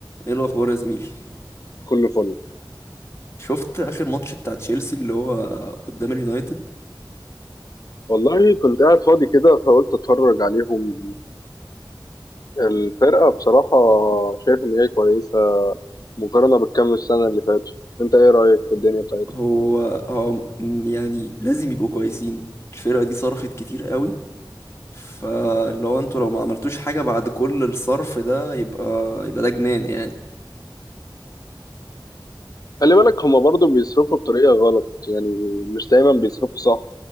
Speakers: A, on the left; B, on the left.
A: ايه الاخبار يا زميلي
B: كله فل
A: شفت اخر ماتش بتاع تشيلسي اللي هو قدام اليونايتد
B: والله كنت قاعد فاضي كده فقلت اتفرج عليهم الفرقة بصراحة شايف ان هي كويسة مقارنة بالكام السنة اللي فاتوا انت ايه رأيك في الدنيا بتاعتهم
A: هو هو م- يعني لازم يبقوا كويسين الفرقة دي صرفت كتير قوي فاللي هو انتوا لو ما عملتوش حاجة بعد كل الصرف ده يبقى يبقى ده جنان يعني
B: خلي بالك هما برضو بيصرفوا بطريقة غلط يعني مش دايما بيصرفوا صح